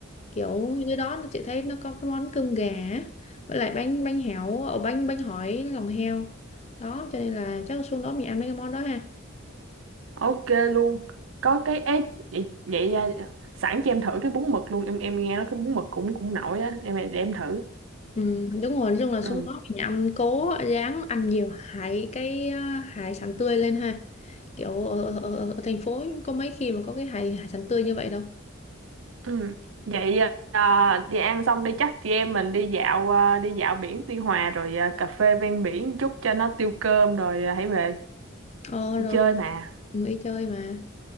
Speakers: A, on the left (about 35°); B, on the right (about 75°).
A: kiểu như đó nó chị thấy nó có cái món cơm gà á, với lại bánh bánh héo ở bánh bánh hỏi lòng heo đó cho nên là chắc xuống đó mình ăn mấy cái món đó ha
B: ok luôn có cái ấy vậy, vậy ra sẵn cho em thử cái bún mực luôn em em nghe nói cái bún mực cũng cũng nổi á em để em thử
A: Ừ, đúng rồi, nói chung là
B: ừ
A: xuống đó mình ăn cố ráng ăn nhiều hải cái ờ, hải sản tươi lên ha. Kiểu ở, ở, ở ở thành phố có mấy khi mà có cái hải hải sản tươi như vậy đâu.
B: ừ vậy à, đi ăn xong đi chắc chị em mình đi dạo à, đi dạo biển Tuy Hòa rồi à, cà phê ven biển một chút cho nó tiêu cơm rồi à, hãy về
A: Ờ
B: đi
A: rồi,
B: chơi mà
A: cũng đi chơi mà.